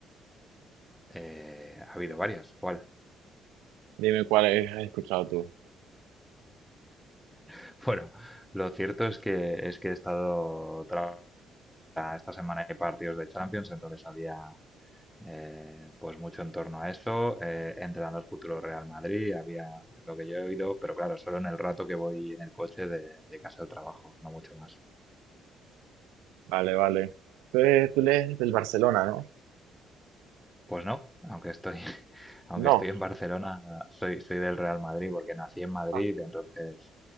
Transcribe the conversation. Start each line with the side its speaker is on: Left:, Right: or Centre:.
Centre: Eh, ha habido varias, ¿cuál?
Right: Dime cuál es- has escuchado tú.
Centre: <laughs> Bueno, lo cierto es que es que he estado tra- esta semana hay partidos de Champions, entonces había Eh, pues mucho en torno a eso. eh, entrenador futuro Real Madrid, había lo que yo he oído, pero claro, solo en el rato que voy en el coche de, de casa al trabajo, no mucho más.
Right: Vale, vale. Tú eres, tú eres del Barcelona, ¿no?
Centre: Pues no, aunque estoy, <laughs> aunque
Right: No.
Centre: estoy en Barcelona, soy, soy del Real Madrid porque nací en Madrid,
Right: Ah,
Centre: entonces